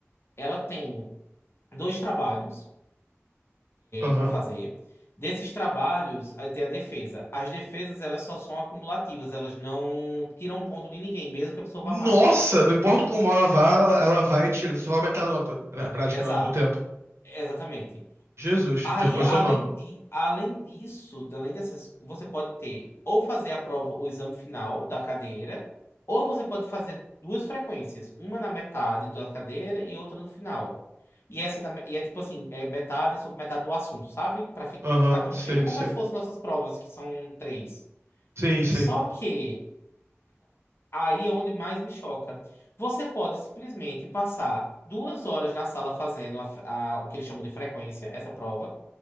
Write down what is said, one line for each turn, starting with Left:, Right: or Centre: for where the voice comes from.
Left: Ela tem dois trabalhos
Right: Aham.
Left: para fazer. Desses trabalhos, aí tem a defesa. As defesas, elas só são acumulativas, elas não tiram ponto de ninguém, mesmo que a pessoa
Right: Nossa,
Left: vá mal.
Right: não importa como ela vá, ela ela vai tirar, só aumentar a nota na prática
Left: Exato.
Right: né, ao longo do tempo.
Left: Exatamente.
Right: Jesus,
Left: Aí,
Right: já começou
Left: além
Right: mal.
Left: de, além disso, além dessas, você pode ter ou fazer a prova, o exame final da cadeira, ou você pode fazer duas frequências, uma na metade da cadeira e outra no final. E essa da me- e é tipo assim, é metade sobre metade do assunto, sabe? Para
Right: Aham,
Left: não ficar tão
Right: sim,
Left: cheio. Como
Right: sim.
Left: se fossem nossas provas, que são três.
Right: Sim, sim.
Left: Só que aí é onde mais me choca. Você pode simplesmente passar duas horas na sala fazendo a f- a- o que eles chamam de frequência, essa prova